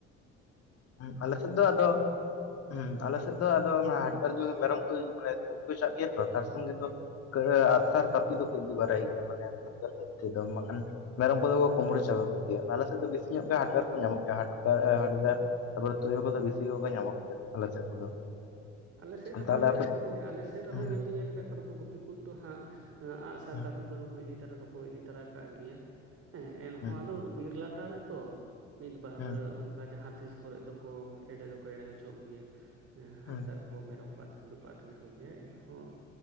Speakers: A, on the left (about 45°); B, on the right (about 40°).
A: ᱦᱮ ᱟᱞᱮ
B: ᱟᱫᱚᱢ
A: ᱥᱮᱫ ᱫᱚ
B: ᱪᱤᱠᱟᱹ
A: ᱟᱫᱚᱼᱼ ᱦᱮ ᱟᱞᱮ ᱥᱮᱫ ᱫᱚ ᱟᱫᱚ ᱦᱟᱰᱠᱟᱨ ᱠᱚ ᱢᱮᱨᱚᱢ ᱠᱚ ᱢᱟᱱᱮ ᱜᱩᱯᱤ ᱠᱚ ᱪᱟᱜ ᱜᱮᱭᱟ ᱛᱚ ᱛᱟᱨ ᱥᱚᱝᱜᱮ ᱫᱚᱼᱼ ᱟᱹᱜᱥᱟᱨ ᱠᱟᱹᱯᱤ ᱫᱚ ᱠᱤ ᱵᱟᱨᱟᱭ ᱜᱮᱭᱟ ᱢᱟᱱᱮᱼᱼ ᱛᱮᱫᱚ ᱵᱟᱝᱠᱷᱟᱱ ᱢᱮᱨᱚᱢ ᱠᱚᱫᱚ ᱠᱚ ᱠᱩᱢᱲᱩ ᱪᱟᱵᱟ ᱜᱮᱭᱟ ᱟᱞᱮ ᱥᱮᱫ ᱫᱚ ᱵᱤᱥᱤ ᱧᱚᱜ ᱜᱮ ᱦᱟᱰᱜᱟᱨ ᱠᱚ ᱧᱟᱢᱚᱜ ᱠᱟᱱᱟ ᱦᱟᱰᱜᱟᱨ ᱛᱟᱯᱚᱨᱮ ᱛᱩᱭᱩ ᱠᱚᱫᱚ ᱵᱤᱥᱤ ᱠᱚᱜᱮ ᱧᱟᱢᱚᱜ ᱜᱮᱭᱟ ᱟᱞᱮ ᱥᱮᱫ ᱠᱚᱫᱚ᱾
B: ᱟᱞᱮ ᱥᱮᱫ ᱨᱮᱦᱚᱸ
A: ᱛᱟᱦᱚᱞᱮ
B: ᱧᱮᱞ
A: ᱟᱯᱮ
B: ᱟᱞᱮ ᱥᱮᱫ ᱨᱮᱦᱚᱸ
A: ᱦᱩᱸ
B: ᱧᱮᱞ ᱫᱚᱧ ᱧᱮᱞ ᱟᱠᱟᱫ ᱠᱚ ᱱᱩᱠᱚ ᱜᱩᱯᱤ ᱠᱚ ᱫᱚ ᱦᱟᱸᱜ᱾ ᱟᱸᱜᱥᱟᱨ
A: ᱦᱩᱸ
B: ᱠᱟᱹᱯᱤ ᱠᱚᱫᱚ᱾ ᱤᱫᱤ ᱛᱟᱨᱟ ᱫᱚᱠᱚ ᱤᱫᱤ ᱛᱟᱨᱟ ᱠᱟᱜ ᱜᱮᱭᱟ ᱦᱮᱸ ᱮᱱᱦᱚᱸ
A: ᱦᱩᱸ
B: ᱟᱫᱚ ᱵᱤᱨ ᱞᱟᱴᱟ ᱨᱮᱛᱚᱼᱼ ᱢᱤᱫ ᱵᱟᱨ
A: ᱦᱩᱸ
B: ᱚᱱᱠᱟ ᱡᱟᱦᱟᱸ ᱛᱤᱥ ᱠᱚᱨᱮ ᱫᱚᱠᱚ ᱮᱲᱮ ᱫᱚᱠᱚ ᱮᱲᱮ ᱦᱚᱪᱚᱜ ᱜᱮᱭᱟ
A: ᱦᱩᱸ
B: ᱦᱟᱰᱜᱟᱨᱼᱼ ᱢᱮᱨᱚᱢ ᱠᱚ ᱟᱛᱠᱤᱨ ᱫᱚᱠᱚ ᱟᱛᱠᱤᱨ ᱠᱚᱜᱮ ᱮᱱᱦᱚᱸ